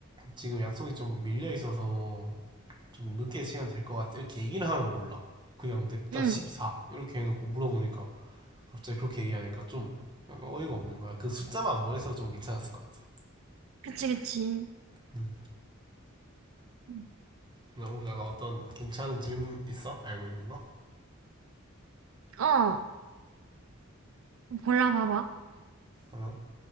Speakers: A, on the right; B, on the right.
A: 지금 약속이 좀 밀려 있어서 좀 늦게 시간 될 것 같아 이렇게 얘기는 하면 몰라 그냥 냅다
B: 응,
A: 14 이렇게 해놓고 물어보니까 갑자기 그렇게 얘기하니까 좀 약간 어이가 없는 거야 그 숫자만 안 보내서 좀 괜찮았을 것 같아
B: 그치, 그치.
A: 음.
B: 응.
A: 너무 약간 어떤 괜찮은 질문 있어? 알고 있는 거?
B: 어, 골라봐봐.
A: 어?